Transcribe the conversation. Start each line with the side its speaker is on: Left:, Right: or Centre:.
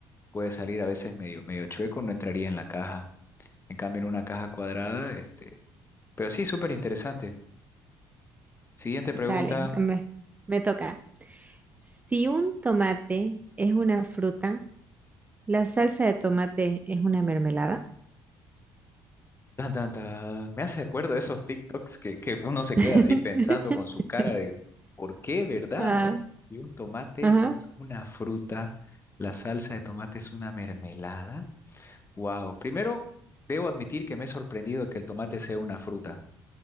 Left: puede salir a veces medio, medio chueco, no entraría en la caja. En cambio, en una caja cuadrada, este... Pero sí, súper interesante. Siguiente pregunta.
Right: Dale, me, me toca. Si un tomate es una fruta, ¿la salsa de tomate es una mermelada?
Left: Tan, tan, tan. Me hace acuerdo de esos TikToks que, que uno se
Right: <laughs>
Left: queda así pensando con su cara de ¿por qué, verdad,
Right: Ah,
Left: no? Si un tomate
Right: ajá.
Left: es una fruta, la salsa de tomate es una mermelada. Wow. Primero, debo admitir que me he sorprendido que el tomate sea una fruta,